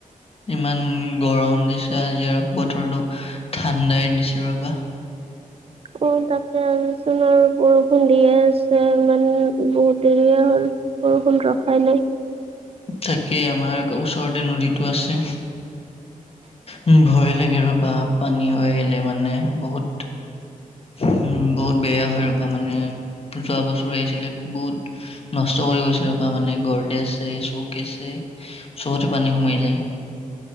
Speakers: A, on the left; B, on the right.
A: ইমান গৰম দিছে আজি আৰু বতৰটো, ঠাণ্ডাই দিছে ৰ'বা।
B: অ তাকে আহিছিলোঁ অলপ বৰষুণ দিয়ে আছে, ইমান বহুত দেৰিয়ে হ'ল। বৰষুণ ৰখাই নাই।
A: তাকেই আমাৰ ওচৰতে নদীটো আছে। উম ভয় লাগে ৰবা, পানী হৈ আহিলে মানে বহুত হু উম বহুত বেয়া হয় ৰবা মানে যোৱা বছৰো আহিছিলে বহুত নষ্ট কৰি গৈছে ৰবা মানে গৰ্দে আছে, চৌকে আছে, চবতে পানী সোমাই যায়।